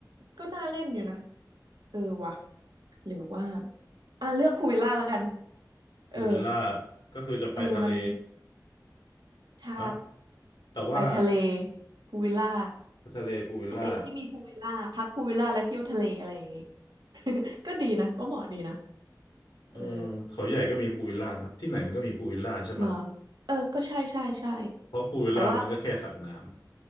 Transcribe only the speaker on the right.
ก็น่าเล่นอยู่นะเออว่ะหรือว่าอ่ะเลือกภูวิลล่าแล้วกันเออ
เออมันใช่
ไปทะเลภูลวิลล่า
ทะเลที่มีภูลวิลล่าพักภูลวิลล่าแล้วเที่ยวทะเลอะไรอย่างงี้ <laughs> ก็ดีนะก็เหมาะดีนะ
เออเหรอเออก็ใช่ใช่ใช่
แต่ว่า